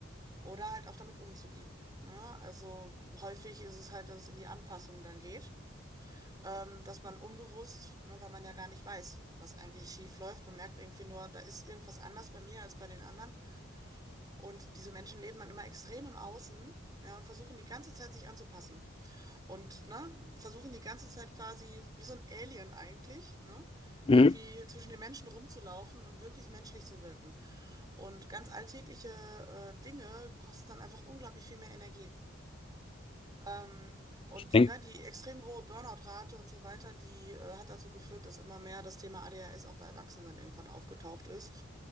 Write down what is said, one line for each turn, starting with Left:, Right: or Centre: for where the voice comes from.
Right: oder halt auch damit umzugehen. Ne? Also häufig ist es halt, dass es in die Anpassung dann geht, ähm, dass man unbewusst, ne, weil man ja gar nicht weiß, was eigentlich schief läuft, man merkt irgendwie nur, da ist irgendwas anders bei mir als bei den anderen. Und diese Menschen leben dann immer extrem im Außen, ja, und versuchen die ganze Zeit sich anzupassen und ne, versuchen die ganze Zeit quasi wie so ein Alien eigentlich, ne,
Left: Mhm.
Right: irgendwie zwischen den Menschen rumzulaufen und möglichst menschlich zu wirken. Und ganz alltägliche äh, Dinge kosten dann einfach unglaublich viel mehr Energie. Ähm, und
Left: Ich denke
Right: ne, die extrem hohe Burnout-Rate und so weiter, die äh, hat dazu geführt, dass immer mehr das Thema ADHS auch bei Erwachsenen irgendwann aufgetaucht ist.